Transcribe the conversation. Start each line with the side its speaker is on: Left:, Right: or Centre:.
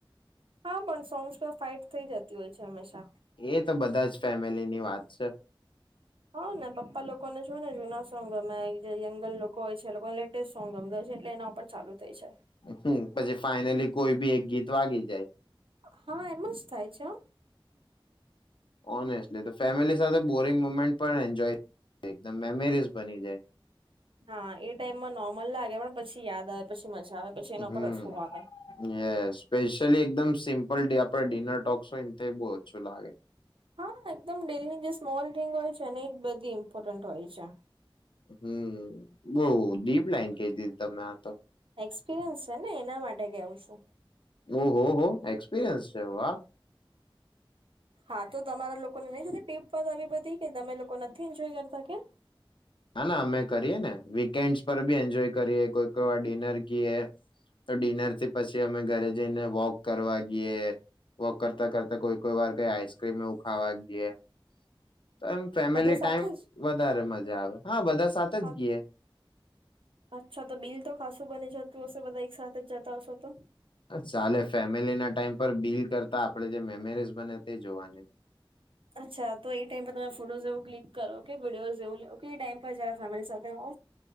Right: હા પણ સોંગ્સમાં ફાઇટ થઈ જતી હોય છે હંમેશા.
Left: એ તો બધા જ ફેમિલીની વાત છે.
Right: હા ને પપ્પા લોકો ને જો ને જુના સોંગ અમે જે યંગલ લોકો હોય છે એ લોકો લેટેસ્ટ સોંગ ગમ હો છે એટલે એના ઉપર ચાલુ થઈ જાય.
Left: હમ પછી ફાઈનલી કોઈ બી એક ગીત વાગી જાય.
Right: હા એમ જ થાય છે.
Left: ઓનેસ્ટલી તો ફેમિલી સાથે બોરિંગ મુમેન્ટ પણ એન્જોય એકમ મેમરીઝ બની જાય.
Right: હા એ ટાઈમમાં નોર્મલ લાગે પણ પછી યાદ આવે પછી. પી મજા આવે પછી એના
Left: હમ
Right: પર રસવું આવે.
Left: યસ સ્પેશિયલી એકદમ સિમ્પલ આપે ડિનર ટોક્સ હોય ને તો બહુ ઓછું લાગે.
Right: હા એકદમ ડેલની જે સ્મોલ રિંગ હોય છે ને એ બધી ઇમ્પોર્ટન્ટ હોય છે.
Left: હમ બઉ ડીપ લાઈન ક દીધી તમે આ તો.
Right: એક્સપિરિયન્સ છે ને એના માટે કેવું છું.
Left: ઓહ હો એક્સપિરિયન્સ છે વા.
Right: હા તો તમારા લોકોને નહી ટ્રીપ પર આવી બધી કે તમે લોકો નથી એન્જોય કરતા કે.
Left: હા ના અમે કરીએ ને વીકેન્ડસ પર બી એન્જોય કરીએ કોઈ કોઈ વાર ડિનર ગઈએ તો ડિનરથી પછી અમે ઘરે જઈને વોક કરવા ગઈએ વોક કરતા કરતા કોઈ કોઈ વાર કઈ આઈસક્રીમ એવું ખાવા ગઈએ. તો એમ ફેમિલી
Right: બધા
Left: ટાઈમ
Right: સાથે જ?
Left: વધારે મજા આવે. હા બધા સાથે
Right: હા
Left: જ ગીએ
Right: અચ્છા તો બિલ તો ખાસું બને જ. તો બધા એક સાથે. જતા હશો તો?
Left: ચાલે ફેમિલી ના ટાઈમ. પર બિલ કરતા આપણે જે મેમરીઝ બને તે જોવાની.
Right: અચ્છા તો એ ટાઈમ પર તમે ફોટોઝ એવું ક્લિક કરો કે વિડીયોઝ જેવું લ લો એ ટાઈમ પરરા ફેમિ હ <unintelligible>